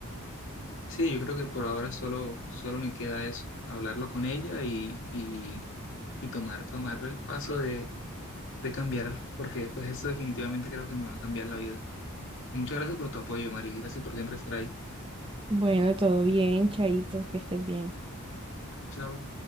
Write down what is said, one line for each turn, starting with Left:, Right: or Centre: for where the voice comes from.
Left: Sí, yo creo que por ahora solo, solo me queda eso, hablarlo con ella y, y, y tomar, tomar el paso de, de cambiar, porque pues eso definitivamente creo que me va a cambiar la vida. Muchas gracias por tu apoyo, Mari. Gracias por siempre estar ahí.
Right: Bueno, todo bien, Chaito, que estés bien.
Left: Chao.